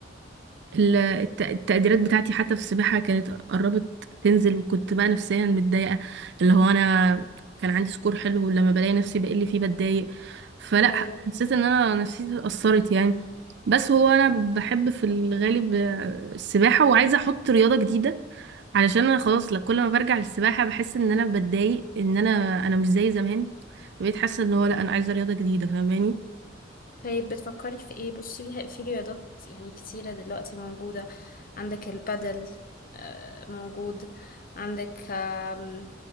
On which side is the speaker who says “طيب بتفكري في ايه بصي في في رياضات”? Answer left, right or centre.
Left